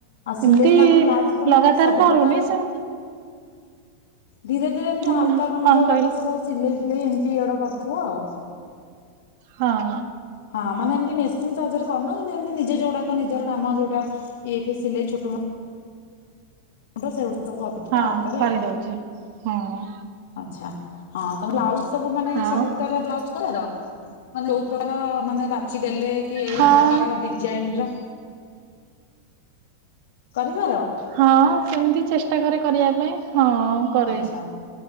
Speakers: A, on the left; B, on the right.
A: ଆଉ ସିଲେଇ
B: ଏମିତି
A: ମାନେ ବ୍ଲାଉଜ ତମେ
B: ଲଗାତାର
A: କଣ ସବୁ
B: କରୁନି
A: ପ୍ରକାର
B: ସେ
A: ଧୀରେ ଧୀରେ ଏମିତି
B: ହୁଁ
A: ହାଲକା କାମ
B: କଣ
A: ଯୋଉ ଗୁଡାକ
B: କହିଲି
A: ସବୁ ସିଲେଇ ଫିଲେଇ ଏମିତି ଇଆଡ କରଥିବ ଆଉ।
B: ହଁ।
A: ହଁ ମାନେ ଏମିତି ମେସିନ ସାହାଯ୍ୟରେ କରୁନ କିନ୍ତୁ ଏମତି ନିଜେ ଯୋଉ ଗୁଡାକ ନିଜର କାମ ଯୋଉଟା ଇଏ ସିଲେଇ ଛୋ ହଁ ପା ସେଗୁଡା ସବୁ କରୁଥିବ
B: ହଁ
A: ଆ ପରେ
B: କରିଦଉଛି ହଁ
A: ଆଚ୍ଛା ହଁ ତମେ ବ୍ଲାଉଜ ସବୁ ମାନେ
B: ଆଉ
A: ସବୁ ପ୍ରକାରର ବ୍ଲାଉଜ ମାନେ ଯୋଉ ପ୍ରକାର ମାନେ ବାଛି ଦେଲେ କି ଏଇ
B: ହଁ
A: ପ୍ରକାର ଡିଜାଇନ ର। କରିପାର।
B: ହଁ ସେମିତି ଚେଷ୍ଟା କରେ କରିବା ପାଇଁ ହଁ। କରେ
A: ଆଚ୍ଛା